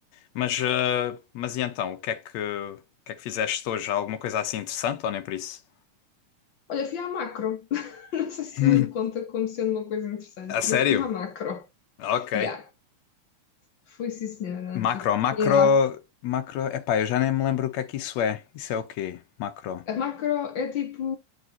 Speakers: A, on the left (about 70°); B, on the left (about 55°).
A: Mas, eh, mas e então, o que é que, o que é que fizeste hoje? Alguma coisa assim interessante ou nem por isso?
B: Olha, fui à macro. <laughs> Não sei se
A: <laughs>
B: conta como sendo uma coisa interessante,
A: A sério?
B: mas fui à macro.
A: Ok.
B: Yeah, fui sim, senhora.
A: Macro,
B: Tive que
A: macro,
B: ir lá.
A: macro. Epá, eu já nem me lembro o que é que isso é. Isso é o quê? Macro.
B: A macro é tipo